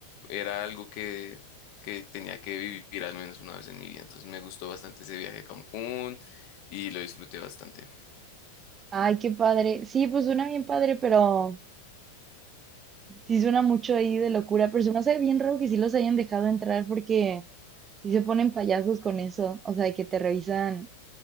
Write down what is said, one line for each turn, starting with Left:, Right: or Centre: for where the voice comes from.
Left: era algo que, que tenía que vivir al menos una vez en mi vida. Entonces me gustó bastante ese viaje a Cancún y lo disfruté bastante.
Right: ay, qué padre. Sí, pues suena bien padre, pero sí suena mucho ahí de locura, pero se me hace bien raro que sí los hayan dejado entrar porque sí se ponen payasos con eso, o sea, de que te revisan.